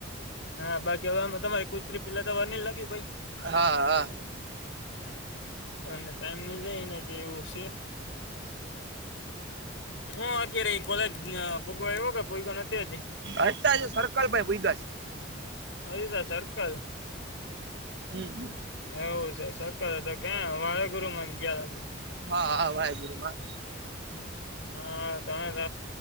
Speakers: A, on the left; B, on the right.
A: હા બાકી હ તમારી કુતરી પેલા <unintelligible>
B: હા હા.
A: અને ટાઈમ મી જાયને કે એવું છે. હા અત્યારે કોલેજ ભગવા આવ્યો કે કોઈ નથી હજી
B: અત સરકલ પાહે પુયઞા છે.
A: અરા સર્કલ
B: હમ.
A: એવું છે સરક તો ક્યાં વાળગુરુ માં ગયા
B: હા હા ભાઈ ગુરુમાં
A: હા તમે